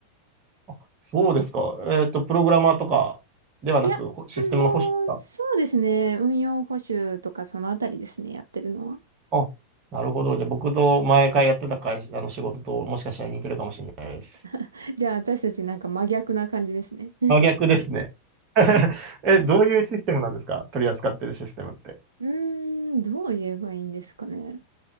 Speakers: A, on the right (about 35°); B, on the right (about 75°).
A: あそうですか。えっと、プログラマーとかではなく、
B: いや、
A: ほシステムの保守ですか。
B: うんもう、そうですね。運用補修とかそのあたりですね、やってるのは。
A: あ、なるほど。じゃあ、僕と前回やってた会社、あの仕事ともしかしたら似てるかもしれないです。
B: <laughs> じゃあ私たちなんか真逆な感じですね。
A: 真逆ですね。<laughs> え、どういうシステムなんですか取り扱ってるシステムって。
B: うーん、どう言えばいいんですかね。